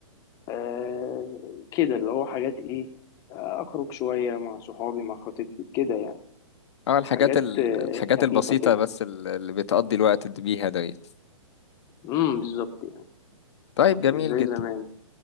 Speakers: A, on the left; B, on the left.
A: آه كده اللي هو حاجات ايه آه، اخرج شوية مع صحابي مع خطيبتي كده يعني
B: أه الحاجات
A: حاجات
B: ال-
A: آه،
B: الحاجات
A: خفيفة
B: البسيطة
A: كده
B: بس ال- اللي بتقضي الوقت بيها ديت
A: امم بالظبط يعني
B: طيب جميل
A: مش زي
B: جدا
A: زمان